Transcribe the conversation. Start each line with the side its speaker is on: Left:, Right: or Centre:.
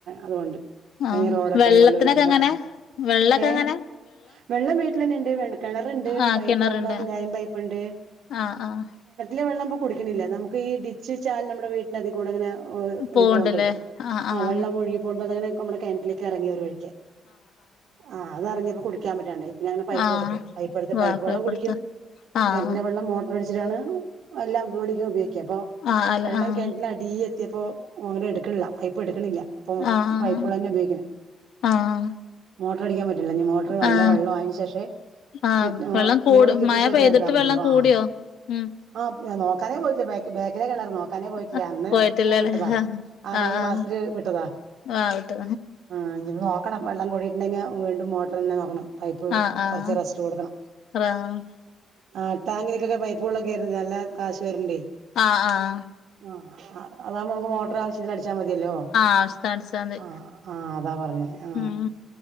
Right: അതുകൊണ്ട്. മെയിൻ
Left: ആഹ്
Right: റോഡൊക്കെ
Left: വെള്ളത്തിനൊക്കെ
Right: ആയതുകൊണ്ട് പിന്നെ അങ്ങനെ
Left: എങ്ങനെ
Right: പോവും.
Left: വെള്ളൊക്കെ
Right: ഏ
Left: എങ്ങനെ
Right: വെള്ളം വീട്ടിലെനെണ്ട് വെ കെണറ്ണ്ട്
Left: ആഹ്
Right: പൈപ്പ്
Left: കിണറുണ്ട്
Right: നമ്മട ലൈൻ പൈപ്പ്ണ്ട്.
Left: ആഹ് ആഹ്.
Right: റ്റിലെ വെള്ളംപ്പൊ കുടിക്ക്ണില്ല നമുക്ക് ഈ ഡിച്ച്ചാൽ നമ്മടെ വീട്ടിന്റെതിക്കൂടെ ങ്ങനെ. ഓവ്ൽ
Left: പോവ്ണ്ട്ല്ലേ
Right: ഇത് പോണ്ടേ
Left: ആഹ് ആഹ്
Right: ആ വെള്ളം ഒഴുകി പോകുമ്പത്തന്നെ നമ്മുടെ കിണറ്റിലേക്ക് എറങ്ങി ഒരുവഴിക്കേ ആഹ് അത് അറിഞ്ഞപ്പോ കുടിക്കാൻ പറ്റാണ്ടായി പിന്നങ്ങനെ പൈപ്പെടുത്തു
Left: ആഹ്
Right: പൈപൊടുത്ത്
Left: വാപ്പയപ്പെടുത്ത
Right: പൈപ്പ് വെള്ളം കുടിക്കും.
Left: ആഹ്
Right: കെൻറ്റിലെ വെള്ളം മോട്ട്റടിച്ചിട്ടാണ്. എല്ലാം വീടിക ഉപയോഗിക്ക അപ്പൊ
Left: ആഹ് അല്ല
Right: വെള്ളം
Left: ആഹ്
Right: കെൻറ്റിലടീഎ ത്തിയപ്പോ ഒ അങ്ങട് എടുക്ക്ണില്ല പൈപ്പ് എടുക്ക്ണില്ല അപ്പൊ
Left: ആഹ്
Right: പൈപ്പുവെള്ളന്നെ ഉപയോഗിക്ക്ണെ.
Left: ആഹ്
Right: മോട്ട്ർ അടിക്കാൻ പറ്റ്ണില്ല ഞ് മോട്ട്ർ നല്ല
Left: ആഹ്
Right: വെള്ള ആയിന് ശേഷവെ.
Left: ആഹ്
Right: വിട്ട്
Left: വെള്ളം കൂടും
Right: മോളിക്ക് എത്തിയ
Left: മഴ
Right: ശേശെ
Left: പെയ്തിട്ട്
Right: ഇട്ക്കാൻ പറ്റൊള്ളു
Left: വെള്ളം കൂടിയോ
Right: ആ
Left: ഉം
Right: ആ ഞാ നോ ക്കടെ പോയ്ട്ടില്ല ബേ ബേക്കിലെ കെണർ നോക്കാനെ പോയിറ്റ്ല്യാ
Left: ആഹ്
Right: അന്ന്
Left: പോയിട്ടില്ലല്ലേ
Right: മു വിട്ടതാ ആ
Left: ആഹ്
Right: മെയ്
Left: ആഹ്
Right: മാസ്ൽ വിട്ടതാ.
Left: ആഹ് ആഹ് വിട്ടു
Right: ആ ഞ്പ്പൊ നോക്കണം വെള്ളം കൂടിട്ട്ണ്ടെങേ വീണ്ടും മോട്ട്റന്നെ നോക്കണം. പൈപ്പ്
Left: ആഹ് ആഹ്
Right: കൊറച്ച് റസ്റ്റ് കൊടുക്കണം.
Left: റ ആഹ്
Right: ആ ടാങ്കില്ക്കൊക്കെ പൈപ്പ് വെള്ളം കേര്ണത് ന്നല്ല കാശ് വര്ണ്ടെ.
Left: ആ ആ ആഹ്.
Right: അ ആ അതാവുമ്പ മ്മക്ക് മോട്ട്ർ ആവശ്യത്തിനടി ച്ചാ മതിയല്ലോ
Left: ആവശ്യത്തിന് അടിച്ചാ മതി
Right: ആ ആഹ് അതാ പറഞ്ഞേ. ആ
Left: ഉം